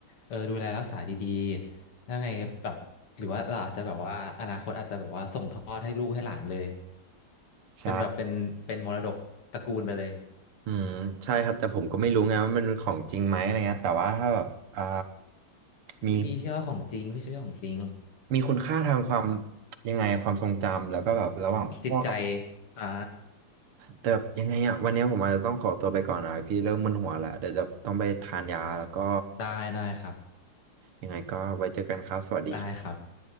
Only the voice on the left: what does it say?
เออดูแลรักษาดีๆยังไงแบบหรือว่าเราอาจจะแบบว่าอนาคตอาจจะแบบว่าส่งทอดให้ลูกให้หลานเลย
เป็นแบบเป็นเป็นมรดกตระกูลไปเลย
พี่พี่เชื่อว่าของจริงพี่เชื่อว่าของจริง
จิตใจอ่า
ได้ได้ครับ
ได้ครับ